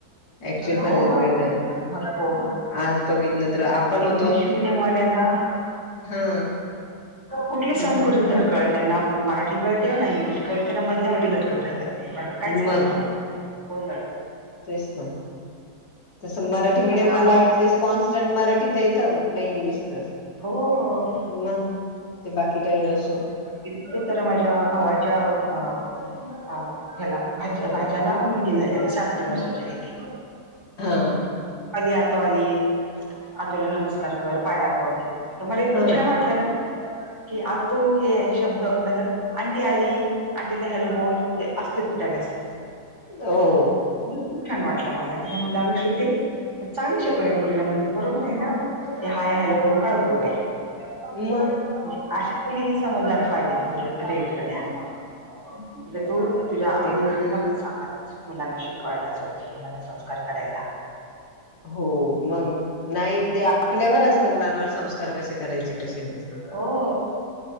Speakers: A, on the left; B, on the right.
A: ऍक्च्युअल
B: हो
A: मध्ये बघितलं
B: भरपूर
A: आज बघितलं तर आपण होतो.
B: इंग्लिश मिडियम वाल्यांना
A: हा.
B: कुठली
A: मग
B: संकृती धडकळत नाही ना मराठी कळते ना इंग्लिश कळते ना मधल्या मध्ये लटकत राहतात ते त्यांना काहीच कळत
A: मग
B: नाही कोण
A: तेच ना तसं मराठी मिडियम
B: आता
A: वाला
B: मा
A: ऍटलिस्ट कॉन्स्टंट मराठी तर येतं नाही इंग्लिश तर.
B: हो
A: म ते बाकी काय असो.
B: <unintelligible> तर माझ्या भावाच्या अ हा ह्याला भाच्या भाच्याला मुलगी झाली आता साडे तीन वर्षाची आहे ती.
A: हा
B: आली आतो आली आतोला नमस्कार कर पाया पड. तर मला इतकं
A: हा
B: छान वाटलंय ना की आतू हे शब्द नाहीतर आणंटी आली आणंटीला हॅलो बोल हे असले कुठ्या गं असतात.
A: हो.
B: तर हे खूप छान वाटलं मला त्याला म्हटलं अगं श्रुती चांगू शिकूवला आहे पोरीला म ते बरोबर आहे ना ते हाय हॅलो करून काय पयोग आहे म्हणजे
A: मग
B: अशा तेलही समजला गं पाहिजेत <unintelligible> ग्रेट. <unintelligible> तुला तोच तुझ्या
A: ते
B: मैत्रिणीना पण सांगातच मुलांना शिक कवायला स्वच्छ मुलांना संस्कार करायला.
A: हो मंग नाही ते आपल्यावर असतं मुलांवर संस्कार कशे करायचे कशे नाही
B: हो